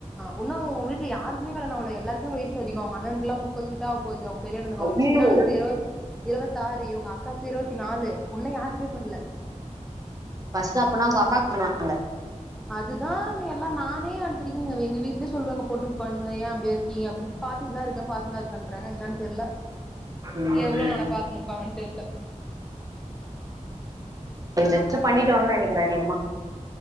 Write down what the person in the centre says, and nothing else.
உன்னு வுங்க வீட்ல யாருகுமே கல்யாணோ ஆவல எல்லாருக்குமே வயசு அதிகோ அவங்க அண்ணன்க்லா முப்பது கிட்ட ஆவ போது அவங் பெரியண்ணனுக்கு
அவுங்க சின்னண்ணனுக்கு இருவத் இருவத்தாரு இவுங்க அக்காவுக்கு இருவத்திநாலு உன்னு யாருக்குமே பண்ல
அதுதா எல்லா நானே அடிக்கடிகிங் எங் எங்க வீட்லே சொல்றாங்க பொண்ணுக்கு பண்ணுங்க ஏ அப்டி இருக்கீங்க அப்டின்னு பாத்துங்தா இருக்கே பாத்துனுதா இருக்கன்றாங்க என்னன்னு தெர்ல
எவ்ளோ நாளா பாத்துனுப்பாங்கன்னு தெர்ல
ஐயோ